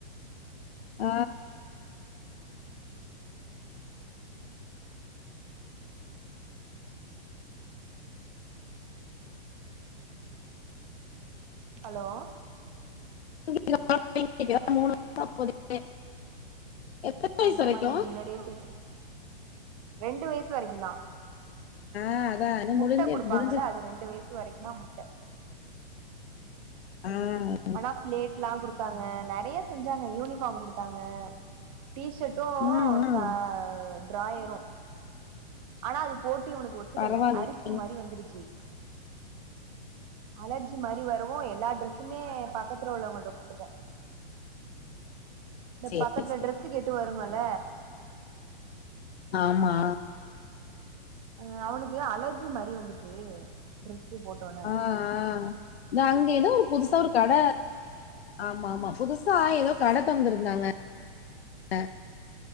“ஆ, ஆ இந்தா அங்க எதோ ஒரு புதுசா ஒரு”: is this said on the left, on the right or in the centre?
Left